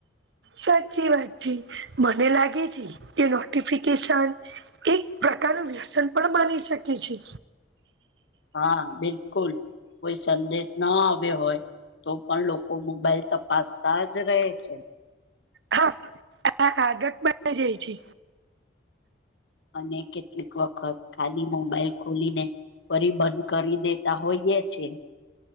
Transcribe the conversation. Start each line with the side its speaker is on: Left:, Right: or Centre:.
Right: સાચી વાત છે મને લાગે છે કે નોટિફિકેશન એક પ્રકારનું વ્યસન પણ બની શકે છે.
Left: હા બિલકુલ કોઈ સંદેશ ના આવ્યો હોય, તો પણ લોકો મોબાઈલ તપાસતા જ રહે છે.
Right: હા આ આદત બની જાય છે.
Left: અને કેટલીક વખત ખાલી મોબાઈલ ખોલીને ફરીબંધ કરી દેતા હોઈએ છે.